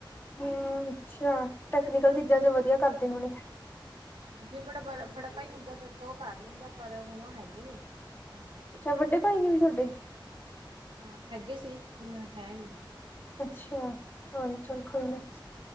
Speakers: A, on the left; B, on the right.
A: ਹੂੰ ਅੱਛਾ ਟੈਕਨੀਕਲ ਚੀਜ਼ਾਂ ਚ ਵਧੀਆ ਕਰਦੇ ਹੋਣੇ
B: ਜੇ ਮੁੜਾ ਬੜਾ ਬੜਾ ਭਾਈ ਹੁੰਦਾ ਫ ਤਾਂ ਉਹ ਕਰ ਲੈਂਦਾ ਪਰ ਹੁਣ ਉਹ ਹੈਗੇ ਨੀ ਤਾਂ ਕਰਕੇ
A: ਅੱਛਾ ਵੱਡੇ ਭਾਈ ਨੇ ਵੀ ਤੁਹਾਡੇ
B: ਹਾਂ ਹੈਗੇ ਸੀ ਹੁਣ ਹੈ ਨਹੀਂੀ
A: ਅੱਛਾ ਹੋਰ ਚੱਲ ਕੋਈ ਨਾ